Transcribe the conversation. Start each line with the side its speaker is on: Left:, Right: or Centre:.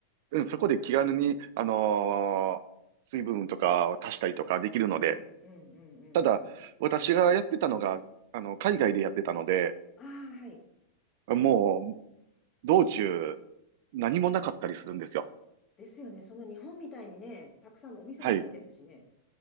Right: うん、そこで気軽に、あのー水分とかを足したりとかできるので、
Left: うん、うん、うん、うん、
Right: ただ、
Left: うん。
Right: 私がやってたのが、あの、海外でやってたので、
Left: ああ、はい。
Right: もう、道中、何もなかったりするんですよ。
Left: ですよね。そんな日本みたいにね、たくさんお店もないですしね。
Right: はい。